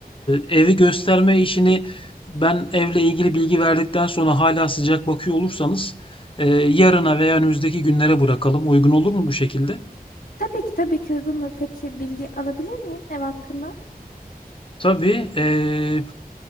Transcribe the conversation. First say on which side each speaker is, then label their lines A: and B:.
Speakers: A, on the left (about 35°); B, on the left (about 60°).
A: evi gösterme işini ben evle ilgili bilgi verdikten sonra hala sıcak bakıyor olursanız e, yarına veya önümüzdeki günlere bırakalım. Uygun olur mu bu şekilde?
B: Tabii ki tabii ki uygundur. Peki bilgi alabilir miyim ev hakkında?
A: Tabii e,